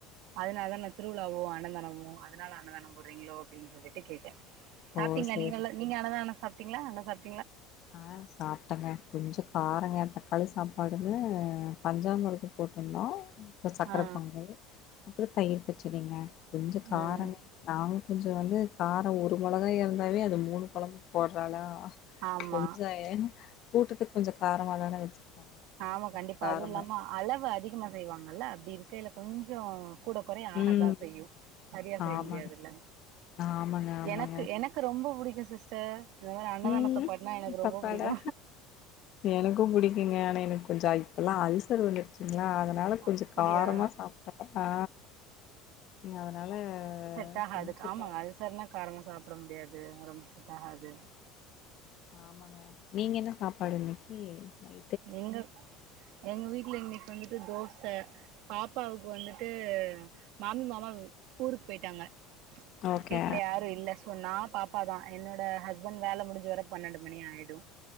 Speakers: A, on the right (about 65°); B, on the left (about 45°).
A: அதனால தா திருவிழாவோ அன்னதானமோ அதனால அன்னதானோ போடுறீங்களோ அப்படின்னு சொல்லி ட்டு கேட்டே சாப்ட்டீங்களா
B: ஓ சேரி
A: நீ நீங்கன அன்னதானோ சாப்ட்டீங்களா அன்ன சாப்ப
B: ஆ சாப்பிட்டேங்க கொஞ்சோ காரங்க தக்காளி சாப்பாடுனு பஞ்சாமிர்தம் போட்ருந்தோ இப்போ சக்கர
A: ஆ
B: பொங்கல் அப்றோ தயிர் பச்சிடிங்க கொஞ்சோ காரோ
A: ம்
B: நாங்க கொஞ்சோ வந்து காரோ ஒரு மொளகாக இருந்தாவே அது மூணு கொழம்புக்கு போடுறாலா
A: ஆமா
B: என்ஜாய் கூட்டத்துக்கு கொஞ்சோ காரம தானே வச்சிருப்பாங்க அதனால
A: ஆமா
B: கொஞ்சோ
A: கண்டிப்பா
B: காரமா
A: அதுவு இல்லாம அளவு அதிகமா செய்வாங்கல்ல அப்டி இருக்கைல கொஞ்சோ கூட கொறைய ஆக
B: ம்
A: தா செய்யு சரியா செய்ய
B: ஆமாங்க
A: முடியாதுல்ல
B: ஆமாங்க ஆமாங்க
A: எனக்கு எனக் எனக்கு ரொம்ப பிடிக்கு சிஸ்டர் இந்த மாதிரி அன்னதானதா
B: ம்
A: சாப்பாடுண்ணா எனக்கு ரொம்ப
B: சாப்பாடா
A: பிடிக்கு
B: எனக்கு பிடிக்குங்க ஆனா எனக்கு கொஞ்சோ இப்பெல்லா அலசர் வந்துருச்சுங்களா அதனால கொஞ்சோ
A: அப்டியா
B: காரமா சாப்ட்ட ஆ அதனால
A: செட் ஆகாது
B: கொஞ்சோ
A: ஆமா
B: காரோ
A: அல்சர்னா காரம சாப்பிட முடியாது செட் ஆகாது
B: ஆமாங்க நீங்க என்ன சாப்பாடு இன்னைக்கி நை
A: எங்க எங்க வீட்ல இன்னக்கி வந்துட்டு தோச பாப்பாவுக்கு வந்துட்டு மாமி மாமா ஊருக்கு போயிட்டாங்க
B: ஓகே
A: வீட்ல யாரு இல்ல சோ நா பாப்பா தா என்னோட ஹஸ்பண்ட் வேல முடிஞ்சு வர பன்னெண்டு மணி ஆயிடு